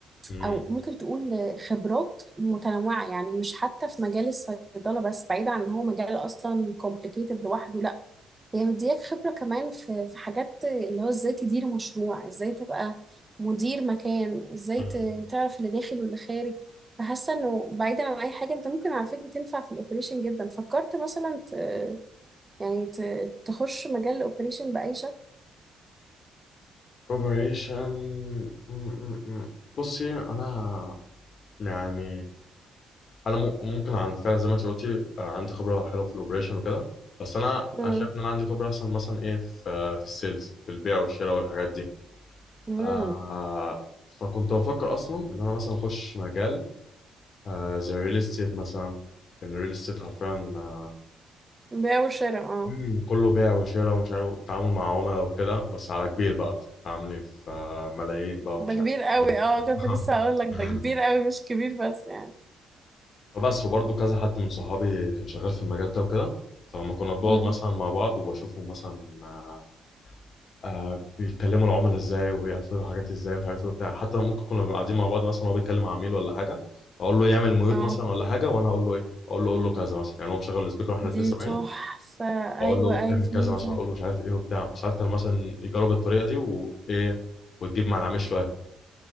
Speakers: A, on the left; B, on the right.
A: مم.
B: او ممكن تقول خبرات متنوعه يعني مش حتى في مجال الصيدله بس بعيد عن ان هو مجال اصلا complicated لوحده لا هي يعني مدياك خبره كمان في في حاجات اللي هو ازاي تدير مشروع ازاي تبقى مدير مكان ازاي
A: مم.
B: ت- تعرف اللي داخل واللي خارج فحاسه انه بعيدا عن اي حاجه انت ممكن على فكره تنفع في الاوبريشن جدا فكرت مثلا ت... يعني ت... تخش مجال الاوبريشن باي شكل
A: أوبريشن مم، مم، مم. بصي أنا يعني انا مم- ممكن عن فعلا زي ما انت قلتي آه، عندي خبره حلوه في الاوبريشن وكده بس انا
B: امم
A: انا شايف ان انا عندي خبره احسن مثلا ايه في في السيلز في البيع والشراء والحاجات دي
B: امم
A: آه فكنت بفكر اصلا ان انا مثلا اخش مجال آه زي الريل استيت مثلا ان الريل استيت حرفيا آه
B: بيع وشراء اه
A: مم، كله بيع وشراء ومش عارف التعامل مع عملاء وكده بس على كبير بقى بتتعاملي في آه، ملايين بقى
B: ده
A: ومش
B: كبير
A: عارف
B: قوي
A: <laughs>
B: اه كنت لسه هقول لك ده كبير قوي مش كبير بس يعني
A: فبس وبرضه كذا حد من صحابي كان شغال في المجال ده وكده فلما كنا بنقعد
B: مم.
A: مثلا مع بعض وبشوفهم مثلا آه آه، بيتكلموا العملاء ازاي وبيقفلوا حاجات ازاي مش عارف ايه وبتاع حتى ممكن كنا بنبقى قاعدين مع بعض مثلا هو بيتكلم مع عميل ولا حاجه اقول له يعمل ميوت
B: اه
A: مثلا ولا حاجه وانا اقول له ايه اقول له اقول له كذا مثلا يعني هو مشغل السبيكر واحنا الاثنين
B: دي
A: سامعينه
B: تحفة
A: واقول
B: ايوه
A: له
B: ايوه
A: اعمل
B: فهمتك
A: كذا مثلا اقول له مش عارف ايه وبتاع ساعات كان مثلا يجرب الطريقه دي وايه وتجيب مع العميل شويه